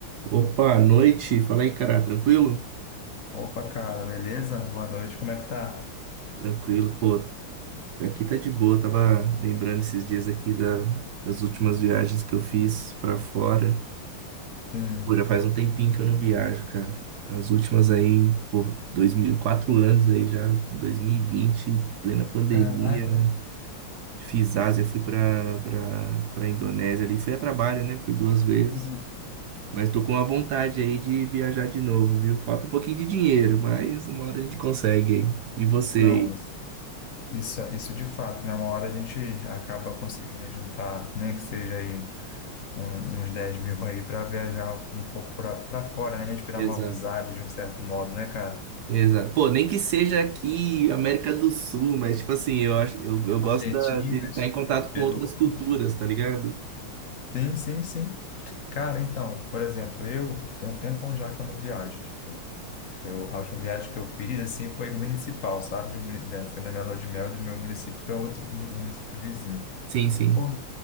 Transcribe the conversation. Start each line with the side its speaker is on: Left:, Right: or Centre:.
Right: Opa, noite. Fala aí, cara. Tranquilo?
Left: Opa, cara, beleza? Boa noite, como é que tá?
Right: Tranquilo, pô. Aqui tá de boa. Tava lembrando esses dias aqui da- das últimas viagens que eu fiz pra fora.
Left: Sim.
Right: Pô, já faz um tempinho que eu não viajo, cara. As últimas aí, por dois mil, quatro anos aí já, 2020, plena pandemia,
Left: Caraca.
Right: né? Fiz Ásia, fui pra, pra, pra Indonésia ali. Fui a trabalho, né? Fui duas vezes.
Left: Uhum.
Right: Mas tô com a vontade aí de viajar de novo, viu? Falta um pouquinho de dinheiro, mas uma hora a gente consegue aí. E você
Left: Não, isso,
Right: aí?
Left: isso, isso de fato, né? Uma hora a gente acaba conseguindo juntar, nem que seja aí um- uns 10 mil aí para viajar um pouco para fora, né? Respirar
Right: Exato.
Left: novos ares de um certo modo, né, cara?
Right: Exato. Pô, nem que seja aqui América do Sul, mas tipo assim, eu acho, eu, eu gosto
Left: Argentina,
Right: da- de estar
Left: Chile,
Right: em contato com
Left: Peru.
Right: outras culturas, tá ligado?
Left: Sim, sim, sim. Cara, então, por exemplo, eu tenho um tempão já quando viajo, tipo. Eu, a última viagem que eu fiz, assim, foi municipal, sabe? De um, muni- da- foi na minha lua de mel do meu município para outro mu- um município vizinho.
Right: Sim, sim.
Left: Pô,